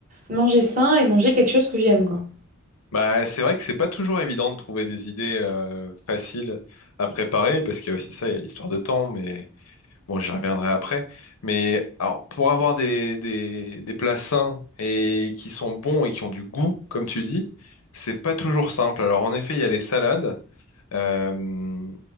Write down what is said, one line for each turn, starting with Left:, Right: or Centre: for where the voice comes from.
Right: manger sain et manger quelque chose que j'aime, quoi.
Left: Bah, c'est vrai que c'est pas toujours évident de trouver des idées euh, faciles à préparer, parce qu'il y a aussi ça, il y a l'histoire de temps, mais bon, j'y reviendrai après. Mais alors, pour avoir des, des, des plats sains et qui sont bons et qui ont du goût, comme tu dis, c'est pas toujours simple. Alors, en effet, il y a les salades. Euh,